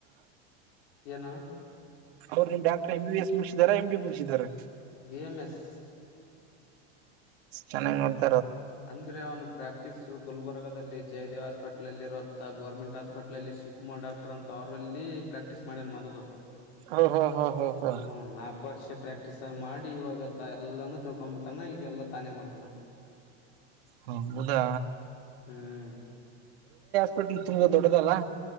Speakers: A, on the left; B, on the right.
A: ಏನು
B: ಅವ್ರುಮ ಡಾಕ್ಟರ್ ಎಂಬ ಬಿ ಎಸ್ ಮುಗಿಸಿದಾರಾ ಎಂ ಡಿ ಮುಗಿಸಿದಿದ್ದಾರೆ
A: ಬಿ ಎಂ ಎಸ್
B: ಚೆನ್ನಾಗಿ್ ನೋ
A: ಅಂದ್ರೆ ಅವನು ಪ್ರಾಕ್ಟಿಸ್ ಗುಲ್ಬರ್ಗದಲ್ಲಿ ಜಯದೇವ್ ಹಾಸ್ಪಿಟ್ಲ್ ಅಲ್ಲಿ ಇರ ಗೌರ್ಮೆಂಟ್ ಹಾಸ್ಪಿಟ್ಲ್ ಅಲ್ಲಿ ಶಿವಕುಮಾರ್ ಡಾಕ್ಟರ್ ಅಂತ ಅವರಲ್ಲಿ ಪ್ರಾಕ್ಟೀಸ್ ಮಾಡ್ಯ ಮೊದಲು
B: ಹ ಹಾ ಹಾ ಹಾ ಹಾ
A: ಹ್ಮ್ ನಾಲ್ಕು ವರ್ಷ ಪ್ರಾಕ್ಟೀಸ್ ಮಾಡಿ ಇವಾಗ ಎಲ್ಲಾನೂ ತಿಳ್ಕೊಂಡ್ಬಿಟ್ಟಾನ ಈಗಲ್ಲ ತಾನೇ ಮಾಡ್ತಾನ
B: ಹ ಹೌದಾ
A: ಹ್ಮ್
B: ಹಪಟ್ ತುಂಬ ದೊಡ್ಡದಲ್ಲಾ